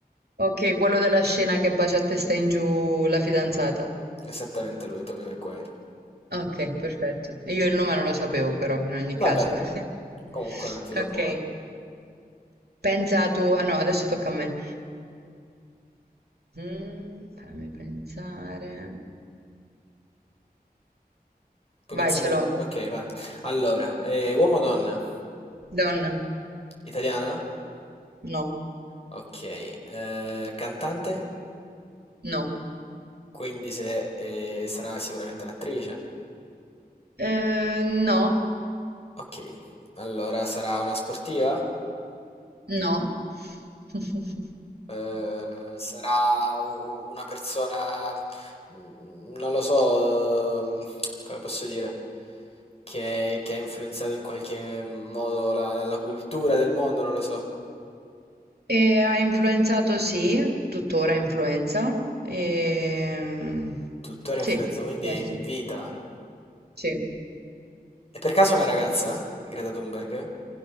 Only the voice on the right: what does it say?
Ok, quello della scena che bacia a testa in giù la fidanzata.
Ok, perfetto. Io il nome non lo sapevo però, in ogni
caso. <laughs>
Ok, pensa tu... Ah no, adesso tocca a me. Ehm, mm, fammi pensare.
Vai,
ce l'ho.
Donna.
No,
no.
Eh, no,
no. <laughs>
E ha influenzato, sì, tuttora influenza. E...
Sì,
questo.
Sì,